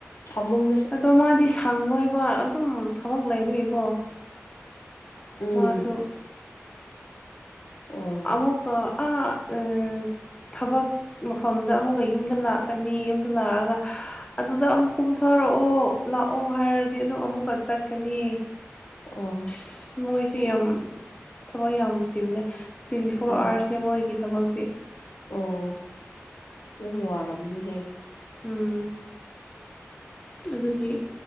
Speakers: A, on the left; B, on the left.
A: ꯐꯃꯨꯡ
B: ꯑꯗꯣ ꯃꯥꯗꯤ ꯁꯪꯉꯣꯏꯕ ꯑꯗꯨꯝ ꯊꯕꯛ ꯂꯩꯕꯒꯤꯀꯣ
A: ꯎꯝ
B: ꯃꯥꯁꯨ
A: ꯑꯣ
B: ꯑꯃꯨꯛꯀ ꯑꯥ ꯎꯝ ꯊꯕꯛ ꯃꯐꯝꯗ ꯑꯃꯨꯛꯀ ꯌꯨꯝꯗ ꯂꯥꯛꯀꯅꯤ ꯌꯨꯝꯗ ꯂꯥꯛꯑꯒ ꯑꯗꯨꯗ ꯑꯃꯨꯛ ꯀꯨꯝꯊꯔꯛꯑꯣ ꯂꯥꯛꯑꯣ ꯍꯥꯏꯔꯗꯤ ꯑꯗꯨꯝ ꯑꯃꯨꯛꯀ ꯆꯠꯀꯅꯤ
A: ꯑꯣ
B: <unintelligible> ꯃꯣꯏꯁꯦ ꯌꯥꯝ ꯊꯕꯛ ꯌꯥꯝ ꯆꯤꯜꯂꯦ ꯇ꯭ꯋꯦꯟꯇꯤ ꯐꯣꯔ
A: ꯎꯝ
B: ꯑꯥꯋꯔꯁ ꯅꯦ ꯃꯣꯏꯒꯤ ꯊꯕꯛꯇꯤ
A: ꯑꯣ ꯌꯥꯝ ꯋꯥꯔꯝꯅꯤꯍꯦ
B: ꯎꯝ ꯑꯗꯨꯒꯤ